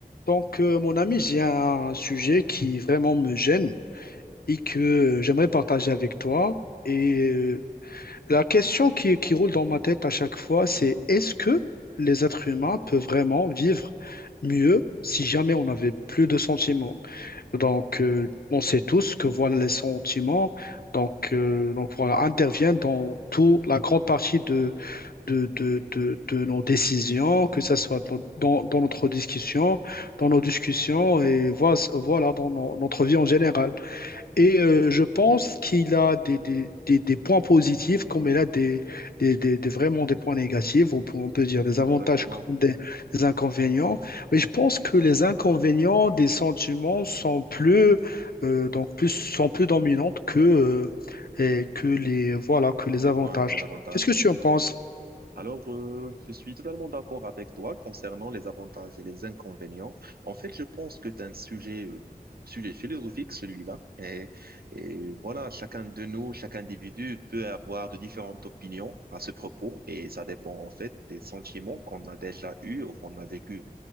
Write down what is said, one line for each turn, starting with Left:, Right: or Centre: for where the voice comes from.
Left: Donc, euh, mon ami, j'ai un sujet qui vraiment me gêne et que euh, j'aimerais partager avec toi. Et euh, la question qui, qui roule dans ma tête à chaque fois, c'est est-ce que les êtres humains peuvent vraiment vivre mieux si jamais on n'avait plus de sentiments? Donc, euh, on sait tous que voilà, les sentiments donc, euh, donc voilà, interviennent dans toute la grande partie de, de, de, de nos décisions, que ce soit dans, dans- dans notre discussion, dans nos discussions et voilà, voilà, dans no- notre vie en général. Et euh, je pense qu'il a des, des, des, des points positifs comme il a des, des, des, des- vraiment des points négatifs, ou on peut dire des avantages
Right: Exactement,
Left: comme des, des inconvénients. Mais je pense que les inconvénients des sentiments sont plus, euh, donc plus, sont plus dominants que, euh, et que les, voilà, que les
Right: les
Left: avantages.
Right: points, les avantages.
Left: Qu'est-ce que tu en penses?
Right: Alors, euh, je suis totalement d'accord avec toi concernant les avantages et les inconvénients. En fait, je pense que c'est un sujet, euh, sujet philosophique, celui-là. Et, et voilà, chacun de nous, chaque individu peut avoir de différentes opinions à ce propos et ça dépend en fait des sentiments qu'on a déjà eus ou qu'on a vécu.